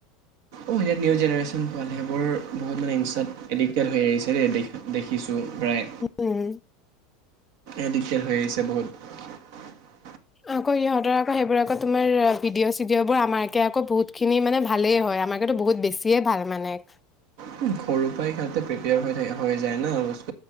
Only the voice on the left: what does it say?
উম
আকৌ ইহঁতৰ আকৌ সেইবোৰ আকৌ তোমাৰ ভিডিঅ' চিডিঅ'বোৰ আমাৰকে আকৌ বহুত খিনি মানে ভালেই হয় আমাৰো বহুত বেছিয়ে ভাল মানে